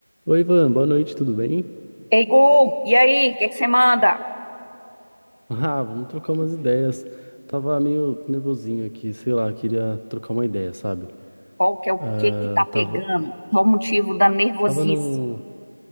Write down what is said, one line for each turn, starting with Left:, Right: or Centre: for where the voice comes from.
Right: Oi, Ivan, boa noite, tudo bem?
Left: Ei, Gu, e aí, o que que você manda?
Right: Ah, vamos trocar umas ideias. Tava meio nervosinho aqui, sei lá, queria trocar uma ideia, sabe?
Left: Qual que é o
Right: Ah,
Left: que que tá
Right: tava,
Left: pegando? Qual o motivo da nervosice?
Right: tava no,